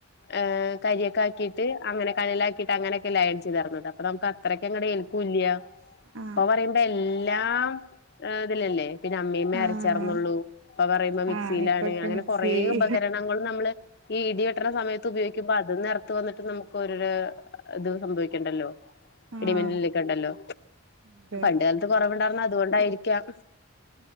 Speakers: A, on the left (about 50°); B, on the right (about 70°).
A: ഏഹ് കരിയൊക്കെ ആക്കീട്ട് അങ്ങനെ കനലാക്കി ക്കീട്ട് അങ്ങനൊക്കെയല്ലേ അയൺ ചെയ്താർന്നത് അപ്പൊ നമുക്ക് അത്രങ്ങട് ഏൽക്കൂല്ല
B: ആഹ്
A: ഇപ്പൊ പറയുമ്പോ എല്ലാം ഇതിലല്ലേ പിന്നെ അമ്മീമ്മേ അരച്ചാർന്നുള്ളൂ
B: ആഹ്
A: ഇപ്പൊ പറയുമ്പോ മിക്സിയിലാണ്
B: ആഹ് ഇപ്പൊക്കെ
A: അങ്ങനെ
B: മിക്സിയായി
A: കൊറേ ഉപകരണങ്ങളും നമ്മള് <unintelligible> ഇത്ര സമയത്ത് ഉപയോഗിക്ക്മ്പോ അത് എർ ത്ത് വന്നിട്ട് നമുക്ക് ഒരോരോ ഇത് സംഭവിക്ക്ണ്ടല്ലോ
B: ആഹ്
A: ഇടിമിന്നലൊക്കെ ഒണ്ടല്ലോ
B: അതെ
A: പണ്ട് കാലത്ത് കൊറവുണ്ടാർന്നേ അതുകൊണ്ടായിരിക്കാം